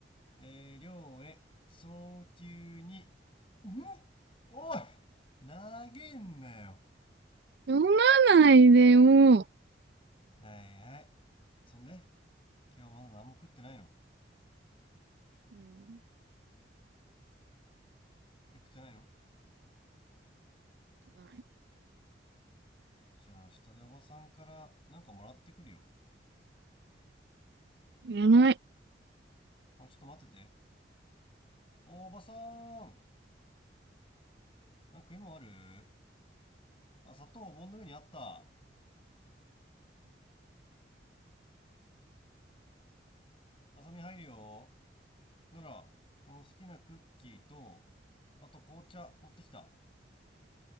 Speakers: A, on the left; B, on the right.
A: えー、亮へ、早急に、んおい投げんなよ。
B: 読まないでよ。う
A: はいはい。そんで、今日まだ何も食ってないの
B: ん。
A: え、食ってないの
B: ない。
A: じゃあ、下でおばさんからなんかもらってくるよ。
B: いらない。
A: あ、ちょっと待ってて。お、おばさーんなんか食い物あるあ、砂糖お盆の上にあった。あさみ入るよ。なら、この好きなクッキーと、あと紅茶持ってきた。